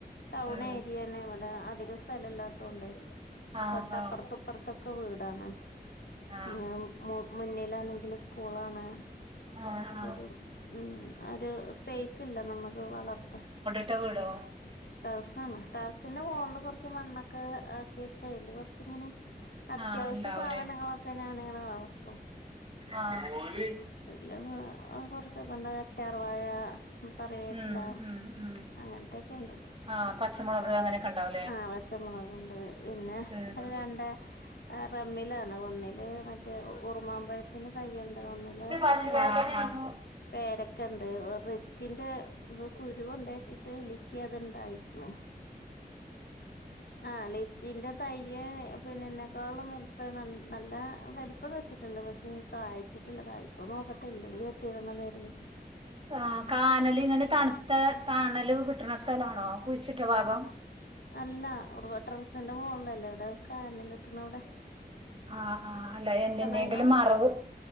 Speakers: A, on the left; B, on the right.
A: ടൗൺ
B: ഉം
A: ഏരിയാണ് ഇവിടെ അധികം സ്ഥലം ഇല്ലാത്തോണ്ട്
B: ആഹ്
A: തൊട്ടപ്പുറത്തുപ്പറ
B: ആഹ്
A: ത്തൊക്കെ വീടാണ്
B: ആഹ്
A: മു മു മുന്നിലാണെങ്കില് സ്കൂളാണ്
B: ആഹ്
A: അപ്പൊരു
B: ആഹ്
A: ഉം ഒരു സ്പേസ് ഇല്ല നമുക്ക് വളർത്ത
B: റ്റ വീടാേ
A: ടെറസാണ് ടെറസ്ന്റെ മാേൾല് കാെർച്ച് മണ്ണൊക്കെ ആക്കി വെച്ച് അയ്ല് കൊർച്ച്ങ്ങെനെ അത്യാവശ്യ
B: ആഹ് ഉണ്ടാവൂലേ
A: സാധനങ്ങളൊക്കെ ഞാനിങ്ങെനെ വളർത്തും
B: ആഹ്
A: ല് കൊർച്ചൊക്കെ ഉണ്ട് കറ്റാർവാഴാ കറിവേപ്പ്ലാ
B: ഉം ഉം ഉം
A: അങ്ങെൻത്തെക്കെണ്ട്
B: ആഹ് പച്ചമുളക് അങ്ങനെയൊക്കെ ഉണ്ടാവൂലേ
A: ആഹ് പച്ചമൊളക്ണ്ട് പിന്നെ
B: ഉം
A: രണ്ട് ആഹ് റമ്മിലാണ് ഒന്നില് മറ്റേ ഉറുമാമ്പഴത്തിന്റെ തയ്യ്ണ്ട് ഒന്നില്
B: ആഹ്
A: പേര്
B: ആഹ്
A: പേരക്കണ്ട് റിച്ചിന്റെ ത് കുരു കൊണ്ടോയ്ട്ട്ട്ട് ലിച്ചി അത്ണ്ടായ്ക്ക്ണ് ആഹ് ലിച്ചിന്റെ തയ്യ് പിന്നെ ഇന്നെക്കാളും വൽ ഇപ്പ ന നല്ല വല്‌പ്പം വെച്ചിട്ട്ണ്ട് പക്ഷെ കായ്ച്ച്ട്ട്ല്ല കായ്ക്കോ നോക്ക അല്ലെങ്കി <unintelligible>
B: ആഹ് കാനല് ഇങ്ങെനെ തണ്ത്തെ താണല് കിട്ട്ണ സ്ഥലാണോ കുഴിച്ച്ട്ട ഭാഗം
A: അല്ലാ ഉറവ ടെറസ്ന്റെ മാേൾലല്ലേ എവ്ടെ കാനല്ട്ട്ണവ്ടെ
B: ആഹ് ആഹ് അല്ല എന്തിന്റേങ്കിലും
A: അയിന്
B: മറവ്